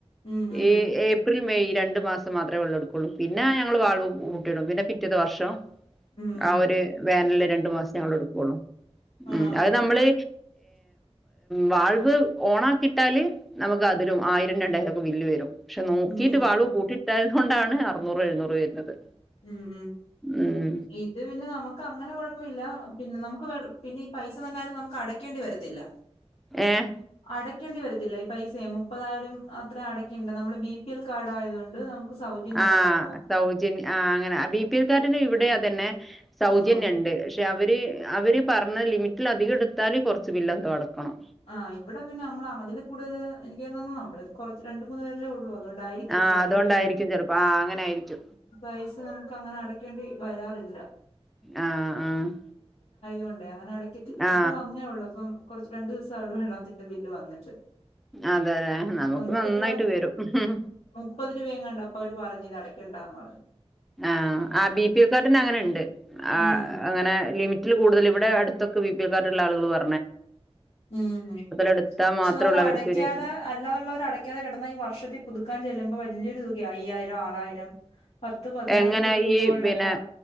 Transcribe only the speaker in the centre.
ഈ ഏപ്രിൽ മെയ് രണ്ടു മാസം മാത്രേ വെള്ളം എടുക്കൊള്ളൂ പിന്നെ <unintelligible> കൂട്ടിടും പിന്നെ <unintelligible> ത് വർഷം
ആ ഒരു വേനില് രണ്ടു മാസം ഞങ്ങളെടുക്കുള്ളൂ
അത് നമ്മള് വാ അത് ഓണാക്കിട്ടാല് നമുക്ക് അതിലും ആയിരം രണ്ടായിരം ഒക്കെ ബില്ല് വരും പക്ഷെ നോക്കിട്ട്
വാളുപൂട്ടിട്ടാൽ കൊണ്ടാണ് അറൂനൂറും എഴുന്നൂറും കൊണ്ട് വരുന്നത്
ഉം
ഏഹ്
ആ
സൗജന്യ ആ അങ്ങനെ ബി പി എൽ കാർഡിന് ഇവിടെയാ തന്നെ സൗജന്യുണ്ട്
പക്ഷെ അവര് അവര് പറഞ്ഞ ലിമിറ്റിൽ അധികം എടുത്താല് കുറച്ച് ബില്ല് എന്തോ അടക്കണം
ആ
അതുകൊണ്ടായിരിക്കും ചിലപ്പോ ആ അങ്ങനെ ആയിരിക്കും
ആ ആ
ആ
അതെ അതെ നമുക്ക്
നന്നായിട്ട്
വരും
ആഹ് ആ ബിപിഎൽ കാർഡിന് അങ്ങനെ ഇണ്ട്. ആ
അങ്ങനെ ലിമി <unintelligible> കൂടുതൽ ഇവിടെ അടുത്ത് ഒക്കെ ബിപിഎൽ. കാർഡുള്ള ആളുകൾ പ
എടുത്താൽ
മാത്രേ
ഉള്ളൂ അവർക്കൊരു
എങ്ങനെ
ഈ
പിന്നെ